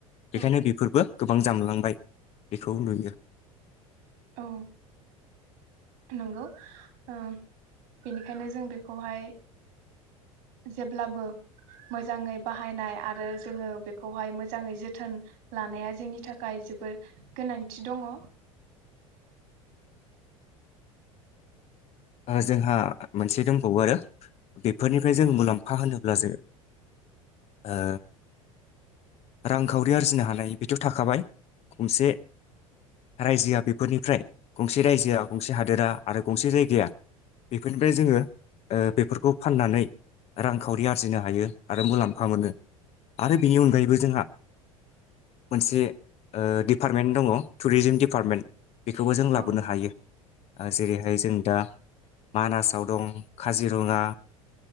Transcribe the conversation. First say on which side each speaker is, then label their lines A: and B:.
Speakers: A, on the right; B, on the left.
A: औ
B: बेखायनो बेफोरबो गोबां जामलांबाय। बेखौ नुगो।
A: औ नंगौ ओ बेनिखायनो जों बेखौहाय जेब्लाबो मोजाङै बाहायनाय आरो जोङो बेखौहाय मोजाङै जोथोन लानाया जोंनि थाखाय जोबोर गोनांथि दङ।
B: अ जोंहा मोनसे दंबावो आरो बेफोरनिफ्राय जों मुलाम्फा होनोब्ला जों ओ रांखावरि आरजिनो हानाय बेथ' थाखाबाय गंसे रायजोआ बे फोरनिफ्राय गंसे रायजोआ गंसे हादोरा आरो गंसे जायगाया बेफोरनिफ्राय जोङो ओ बेफोरखौ फाननानै रांखावरि आरजिनो हायो आरो मुलाम्फा मोनो आरो बेनि अनगायैबो जोंहा मोनसे अ दिपार्टमेन्ट दङ टुरिजिम दिपार्टमेन्ट बेखौबो जों
A: औ
B: लाबोनो हायो। आ जेरैहाय जों दा मानासाव दं खाजिरङा